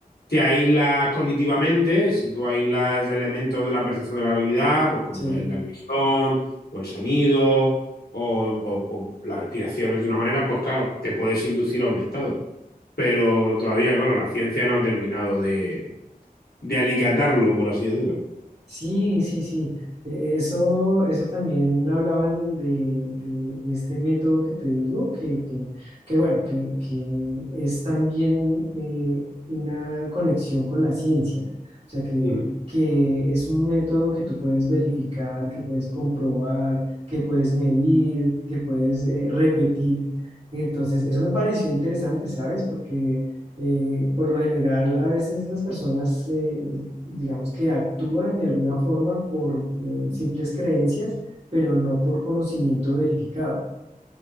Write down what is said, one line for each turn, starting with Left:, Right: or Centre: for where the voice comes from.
Left: te aíslas cognitivamente, si tú aíslas elementos de la percepción de la realidad, pues como
Right: sí.
Left: es la visión o el sonido o, o, o las respiraciones de una manera, pues claro, te puedes inducir a un estado. Pero todavía, claro, la ciencia no ha terminado de, de alicatarlo, por así decirlo.
Right: Sí, sí, sí. E- Eso, eso también hablaban de, de- de este método que te digo, que, que, que bueno, que, que es también eh, una conexión con la ciencia. O sea, que,
Left: Ujú.
Right: que es un método que tú puedes verificar, que puedes comprobar, que puedes medir, que puedes eh, repetir. Entonces, eso me pareció interesante, ¿sabes? Porque eh, por lo general, a veces las personas, eh, digamos que actúan de alguna forma por eh, simples creencias, pero no por conocimiento verificado.